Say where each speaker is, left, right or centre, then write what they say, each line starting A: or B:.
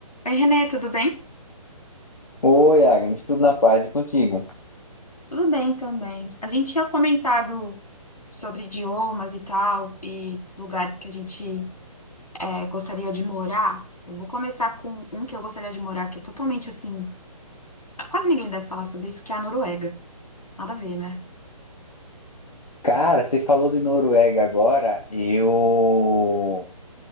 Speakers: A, on the left; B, on the left.
A: Oi, Renê, tudo bem?
B: Oi, Agnes, tudo na paz e contigo?
A: Tudo bem também. A gente tinha comentado sobre idiomas e tal, e lugares que a gente é, gostaria de morar. Eu vou começar com um que eu gostaria de morar, que é totalmente assim. Quase ninguém deve falar sobre isso, que é a Noruega. Nada a ver, né?
B: Cara, você falou de Noruega agora, eu,